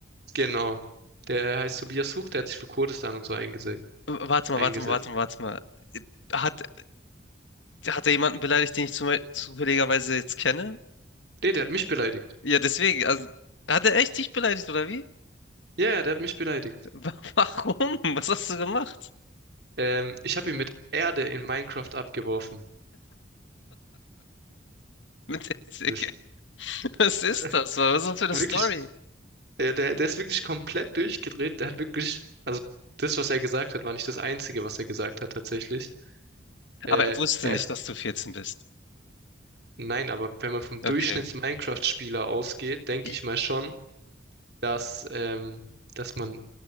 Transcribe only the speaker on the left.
Äh, Warte mal,
warte mal, warte mal, warte mal. Äh, Hat, hat er jemanden beleidigt, den ich zum, zufälligerweise jetzt kenne?
Ja, deswegen. Also, hat er echt dich beleidigt, oder wie?
Wa- <laughs> Warum? Was hast du gemacht?
<laughs> Mit der Zicke?
Was
ist das? Was ist das für eine
Story?
Aber er wusste
nicht,
dass du vierzehn bist.
Okay.
I-